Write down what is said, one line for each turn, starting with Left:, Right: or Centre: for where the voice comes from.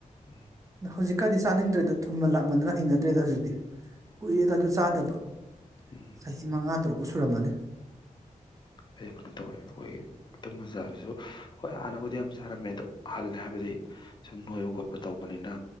Left: ꯎꯝ
Right: ꯍꯧꯖꯤꯛꯀꯥꯟꯗꯤ ꯆꯥꯅꯤꯡꯗ꯭ꯔꯦꯗ ꯊꯨꯝꯃꯟ ꯂꯥꯛꯃꯟꯗꯅ ꯍꯩꯅꯗ꯭ꯔꯦꯗ ꯍꯧꯖꯤꯛꯇꯤ ꯀꯨꯏꯔꯦꯗ ꯑꯗꯨ ꯆꯥꯗꯕ
Left: ꯎꯝ
Right: ꯆꯍꯤ ꯃꯉꯥ ꯇꯔꯨꯛꯄꯨ ꯁꯨꯔꯝꯂꯅꯤ
Left: ꯑꯩ ꯀꯩꯅꯣ ꯇꯧꯋꯦ ꯑꯩꯈꯣꯏꯒꯤ ꯑꯕꯖꯥꯕꯁꯤꯁꯨ ꯍꯣꯏ ꯍꯥꯟꯅꯕꯨꯗꯤ ꯌꯥꯝ ꯆꯥꯔꯝꯃꯦ ꯑꯗꯣ ꯍꯜꯂꯦ ꯍꯥꯏꯕꯗꯤ ꯁꯨꯝ ꯅꯣꯏꯕ ꯈꯣꯠꯄ ꯇꯧꯕꯅꯤꯅ